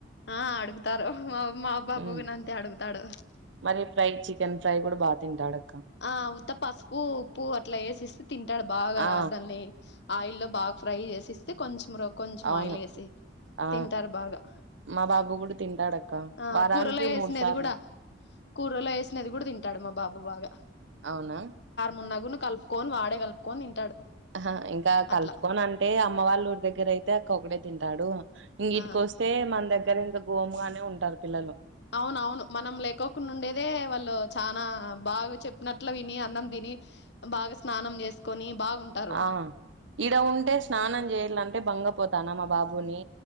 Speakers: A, on the left; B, on the right.
A: ఆ అడుగుతారు మా మా బాబు
B: ఉమ్
A: గున అంతే అడుగుతాడు
B: మరి ఫ్రై చికెన్ ఫ్రై కూడా బా తింటాడు
A: ఆ ఉత్త పసుపు ఉప్పు అట్లా వేసేస్తే తింటాడు బాగా
B: ఆ
A: దాన్ని ఆయిల్ల్లో బాగా ఫ్రై చేసిస్తే కొంచెం రా కొంచం
B: అవును
A: ఆయిలేసి
B: ఆ
A: తింటారు బాగా
B: మా బాబు కూడా తింటాడక్క
A: ఆ
B: వారానికి
A: కూరలో వేసినది
B: మూడు సార్లు
A: కూడా కూరలో వేసినది కూడా తింటాడు మా బాబు బాగా
B: అవునా
A: మున్నగును కలుపుకొని వాడే కలుపుకొని తింటాడు
B: అహా ఇంకా కలుపుకోని
A: అట్లా
B: అంటే అమ్మ వాళ్ళ ఊరి దగ్గర అయితే అక్క ఒకడే తింటాడు ఇంగ ఈటికి
A: ఆ
B: వస్తే మన దగ్గర ఇంత గోముగానే ఉంటారు పిల్లలు
A: అవునవును మనం లేకోకుండా ఉండేదే వాళ్ళు చానా బాగా చెప్పినట్లు విని అన్నం తిని బాగా స్నానం చేసుకొని బాగుంటారు.
B: ఆ ఇడ ఉంటే స్నానం చేయాలంటే బంగపోతానా మా బాబుని